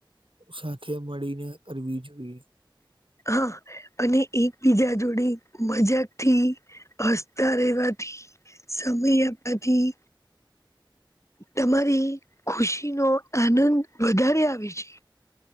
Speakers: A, on the right; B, on the left.
A: સાથે મળીને કરવી જોઈએ
B: હા અને એકબીજા જોડે મજાક થી હસતા રહેવાથી સમય આપવાથી તમારી ખુશીનો આનંદ વધારે આવે છે